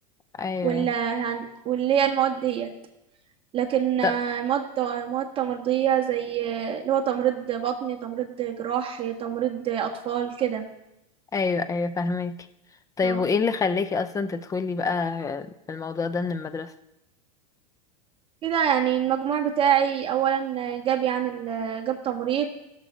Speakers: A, on the left; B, on the right.
A: ايوه
B: وال
A: ايوه
B: يعني، واللي هي المواد ديت لكن
A: طب
B: آه، المواد مواد تمريضية زي آه، اللي هو تمريض بطني تمريض جراح تمريض أطفال كده
A: ايوه ايوه فاهمك طيب
B: اه
A: وايه اللي خلاكي اصلا تدخلي بقى في الموضوع ده من المدرسة
B: كده يعني المجموع بتاعي أولا جاب يعني ال- جاب تمريض